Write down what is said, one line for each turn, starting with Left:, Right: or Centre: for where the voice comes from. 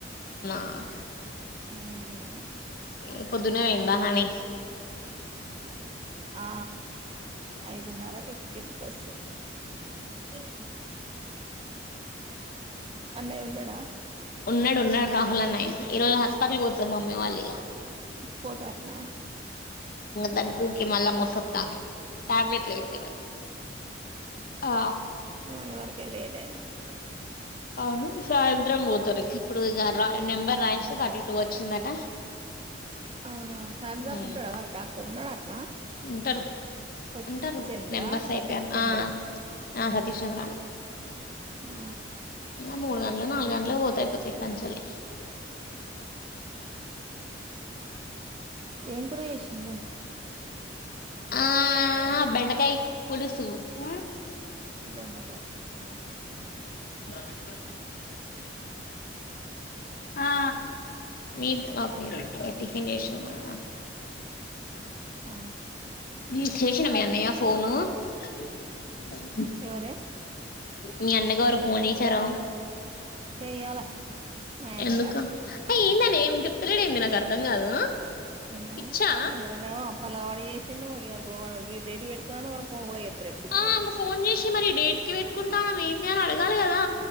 Left: ఆహ్
Right: ఊహ్
Left: ఏ పొద్దునే ఓయిందా హాని
Right: ఆ ఐదున్నరకు ఎక్కింద్ బస్సు <inaudible> అన్నయ్య ఉన్నాడా
Left: ఉన్నాడ ఉన్నాడు రాహుల్ అన్నయ్య ఈరో హాస్పటల్ పోత్ మమ్మీ వాల్లిగా
Right: పోతార్నా
Left: దన్ ఊకే మళ్ళా మోసస్తామే టాబ్లెట్ల అయిపోయినయ్ ఆ
Right: మోన్ వరకే లేట్ అయింది. గుద్దనికే
Left: అవును సాయంత్రం పోతారు. ఇంక ఇప్పుడు ఇగా రాయ్ నెంబర్ రాయిస్తే థర్టీ టూ వచ్చిందట
Right: అవునా సాయంత్రం దాక
Left: మ్
Right: ఉంటడా మరి డాక్టర్ ఉన్నాడటనా
Left: ఉంటారు
Right: సతీష్
Left: ఉంటారు
Right: చంద్ర
Left: నెంబర్స్
Right: సతీష్
Left: అయిపోయాను
Right: చంద్ర
Left: ఆ ఆ సతీష్ చంద్రాణే
Right: ఆ
Left: ఇంగా మూడు గంటలు నాలుగు గంటలు పోతే అయిపోతది కంచల్లి
Right: ఏం కూర చేసింది
Left: ఆ బెండకాయ పులుసు ఉ
Right: బెండకాయ పులుసా
Left: <inaudible> అ మీరు కాదు మేము టిఫిన్ చేసినం అడా
Right: ఆ
Left: నీకు చేసిండా మీ అన్నయ ఫోను <inaudible>
Right: ఎవరే
Left: మీ అన్న గారు ఫోన్ చేసారా
Right: చెయ్యాల మా అన్నగారు
Left: ఎందుకు అబ్బా యిందనే ఎమి చెప్తలేడెందే నాకు అర్థం కాదు
Right: ఏమో
Left: పిచ్చా
Right: మారినేమో పలగవాడి చేసిండు ఇగ సోమవారం రోజు ఈడేట్ పెట్టుకున్నా కానీ ఫోన్ కూడా చేస్తలేడు బిత్తిరోడ్
Left: ఆ ఫోన్ చేసి మరి డేట్ కి పెట్టుకుంటానం ఏంది అని అడగాలి గదా